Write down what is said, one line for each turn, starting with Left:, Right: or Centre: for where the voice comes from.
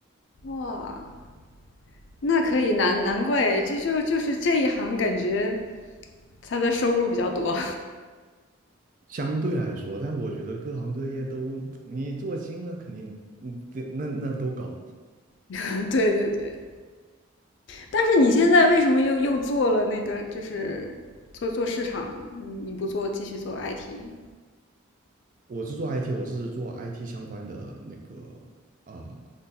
Left: 哇，那可以难难怪，这就就是这一行感觉他的收入比较多。
Right: 相对来说，但我觉得各行各业都你做精了，肯定嗯，对那那都高。
Left: <laughs> 对对对，但是你现在为什么又又做了那个，就是做做市场了呢？你你不做继续做 IT？
Right: 我是做 IT，我是做 IT 相关的那个啊、呃